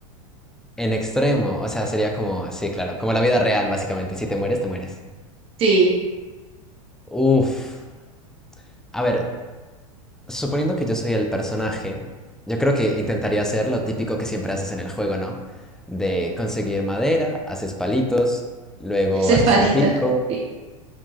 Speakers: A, in the centre; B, on the right.
A: En extremo, o sea, sería como, sí, claro, como la vida real, básicamente. Si te mueres, te mueres.
B: Sí,
A: Uf, a ver, suponiendo que yo soy el personaje, yo creo que intentaría hacer lo típico que siempre haces en el juego, ¿no? De conseguir madera, haces palitos, luego
B: <laughs> cefalita.
A: haces un pico,
B: sí.